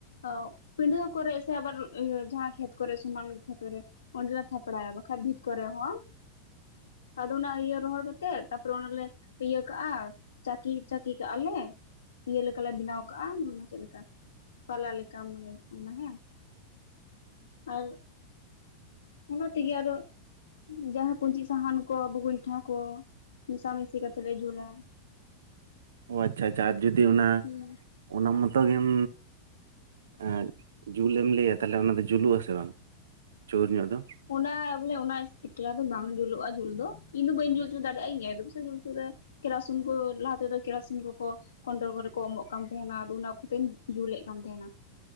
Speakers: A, on the left; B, on the right.
A: ᱚ ᱯᱤᱰᱟᱹ ᱠᱚᱨᱮ ᱥᱮ ᱟᱵᱟᱨ ᱡᱟᱦᱟᱸ ᱠᱷᱮᱛ ᱠᱚᱨᱮ ᱥᱚᱢᱟᱱ ᱠᱷᱮᱛ ᱨᱮ ᱚᱸᱰᱮ ᱛᱷᱟᱯᱲᱟᱭᱟ ᱵᱟᱠᱷᱟᱱ ᱵᱷᱤᱛ ᱠᱚᱨᱮ ᱦᱚᱸ ᱟᱫᱚ ᱚᱱᱟ ᱤᱭᱟᱹ ᱨᱚᱦᱚᱲ ᱠᱟᱛᱮᱜ, ᱛᱟᱨᱯᱚ ᱨᱮ ᱚᱱᱟᱞᱮ ᱤᱭᱟᱹ ᱠᱟᱜ-ᱟ ᱪᱟᱹᱠᱤ ᱪᱟᱹᱠᱤ ᱠᱟᱜ-ᱟ ᱞᱮ᱾ ᱤᱭᱟᱹ ᱞᱮᱠᱟᱞᱮ ᱵᱮᱱᱟᱣ ᱠᱟᱜ-ᱟ ᱢᱟᱱᱮ ᱪᱮᱫ ᱞᱮᱠᱟ ᱯᱟᱞᱟ ᱞᱮᱠᱟ ᱢᱟᱱᱮ ᱚᱱᱟ ᱦᱮᱸ ᱟᱨ, ᱚᱱᱟ ᱛᱮᱜᱮ ᱟᱨ ᱦᱚᱸ᱾ ᱡᱟᱦᱟ ᱠᱩᱧᱪᱤ ᱥᱟᱦᱟᱱ ᱠᱚ ᱵᱩᱜᱭᱴᱷᱟ ᱠᱚ ᱢᱮᱥᱟᱢᱤᱥᱤ ᱠᱟᱛᱮᱜ ᱞᱮ ᱡᱩᱞᱟ᱾
B: ᱚ ᱟᱪᱪᱷᱟ ᱟᱪᱪᱷᱟ ᱟᱨ ᱡᱩᱫᱤ ᱚᱱᱟ,
A: ᱦᱮᱸ
B: ᱚᱱᱟ ᱢᱚᱛᱚ ᱜᱮᱢ ᱟ ᱡᱩᱞᱮᱢ ᱞᱟᱹᱭᱟ ᱛᱟᱦᱚᱸᱞᱮ ᱚᱱᱟ ᱫᱚ ᱡᱩᱞᱩᱜ ᱟᱥᱮ ᱵᱟᱝ ᱪᱳᱨ ᱧᱚᱜ ᱫᱚ᱾
A: ᱚᱱᱟ ᱵᱚᱞᱮ ᱚᱱᱟ ᱮᱠᱞᱟ ᱫᱚ ᱵᱟᱝ ᱡᱩᱞᱩᱜ-ᱟ ᱡᱩᱞ ᱫᱚ ᱤᱧ ᱫᱚ ᱵᱟᱹᱧ ᱡᱩᱞ ᱦᱚᱪᱚ ᱫᱟᱲᱮᱭᱟᱜ-ᱟ ᱤᱧ ᱟᱭ ᱫᱚ ᱯᱮᱥᱮ ᱡᱩᱞ ᱦᱚᱪᱚᱟᱲᱮ ᱠᱮᱨᱥᱩᱱ ᱠᱚ ᱞᱟᱦᱟ ᱛᱮᱫᱚ ᱠᱮᱨᱥᱤᱱ ᱠᱚ ᱠᱚ ᱠᱚᱸᱱᱰᱚᱞ ᱠᱚᱨᱮ ᱠᱚ ᱮᱢᱚᱜ ᱠᱟᱱ ᱛᱟᱦᱮᱸᱱᱟ ᱟᱫᱚ ᱚᱱᱟ ᱠᱚᱛᱮᱧ ᱡᱩᱞᱮᱫ ᱠᱟᱱ ᱛᱟᱦᱮᱸᱱᱟ᱾